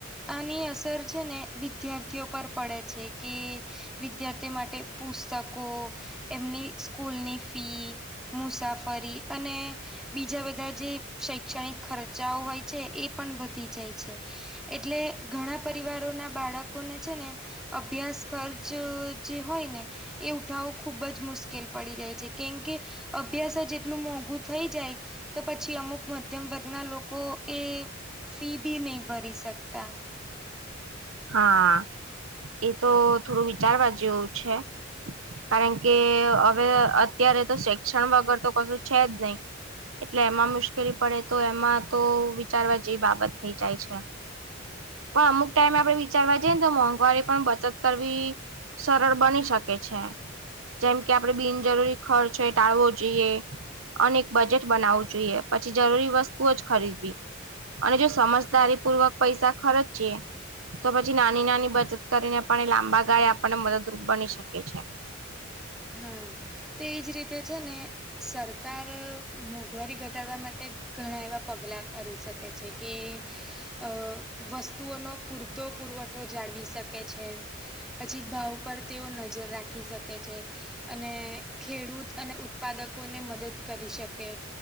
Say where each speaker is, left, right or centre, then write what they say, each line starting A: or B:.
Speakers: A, in the centre; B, on the right.
A: આની અસર છે ને વિદ્યાર્થીઓ પર પડે છે કે, વિદ્યાર્થીઓ માટે પુસ્તકો, એમની સ્કૂલની ફી મુસાફરી અને, બીજા બધા જે શૈક્ષણિક ખર્ચાઓ હોય છે એ પણ વધી જાય છે. એટલે ઘણા પરિવારો ના બાળકોને છે ને. અભ્યાસ ખર્ચ જે હોય ને, એ ઉઠાવવો ખુબ જ મુશ્કેલ પડી જાય છે કેમ કે, અભ્યાસ જ એટલું મોંઘું થઈ જાય. તો પછી અમુક મધ્યમ વર્ગના લોકો એ ફી બી નહી ભરી શકતા.
B: હા એ તો થોડું વિચારવા જેવું છે. કારણ કે હવે અત્યારે તો શિક્ષણ વગર તો કશું છે જ નહી. એટલે એમાં મુશ્કેલી પડે તો એમાં તો વિચારવા જેવી બાબત થઈ જાય છે. હા અમુક ટાઈમે. આપણે વિચારવા જઈને તો મોંઘવારી પણ બચત કરવી સરળ બની શકે છે. જેમ કે આપડણે બિનજરૂરી ખર્ચ એ ટાળવો જોઈએ. અને એક બજેટ બનાવવું જોઈએ પછી જરૂરી વસ્તુ જ ખરીદવી. અને જો સમજદારી પૂર્વક પૈસા ખર્ચ યે તો પછી નાની નાની બચત કરીને પણ એ લાંબા ગાળે આપણને મદદરૂપ બની શકે છે.
A: હા, તેજ રીતે છે ને સરકાર મોંઘવારી ઘટાડવા માટે ઘણા એવા પગલા કરી શકે છે કે અહ વસ્તુઓનો પૂરતો પુરવઠો જાળવી શકે છે. પછી ભાવ પર તેઓ નજર રાખી શકે છે. અને ખેડૂત અને ઉત્પાદકોને મદદ કરી શકે